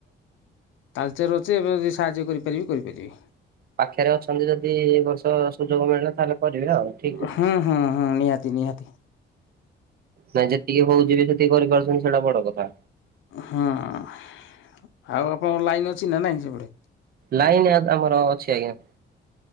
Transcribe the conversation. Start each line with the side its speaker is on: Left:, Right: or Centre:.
Left: ତାଲଚେର ଅଛି ଏବେ ଯଦି ସାହାଯ୍ୟ କରିପାରିବି କରିପାରିବି।
Right: ପାଖରେ ଅଛନ୍ତି ଯଦି ଏ ବର୍ଷ ସୁଯୋଗ ମିଳିଲା ତାହେଲେ କରିବେ ଆଉ। ଠିକ କଥା।
Left: ହୁଁ ହୁଁ ହୁଁ ନିହାତି ନିହାତି।
Right: ନାଇଁ ଯେତିକି ହଉଚି ସେତିକି କରିପାରୁଛନ୍ତି ସେଇଟା ବଡ କଥା।
Left: ହୁଁ ଆଉ ଆପଣଙ୍କ ଲାଇନ୍ ଅଛି ନା ନାହିଁ ସେପଟେ।
Right: ଲାଇନ ଆମର ଅଛି ଆଜ୍ଞା।